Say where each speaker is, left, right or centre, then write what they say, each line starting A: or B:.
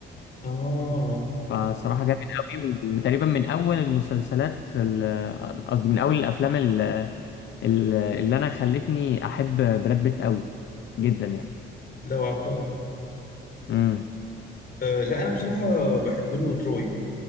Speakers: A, on the left; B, on the left.
A: اه
B: فصراحه جامد قوي وتقريبا من اول المسلسلات ال- آه، قصدي من اول الافلام ال- ال- اللي انا خلتني احب براد بيت قوي جدا يعني
A: لا هو عبقري
B: امم
A: أه لا انا بصراحه بحب له تروي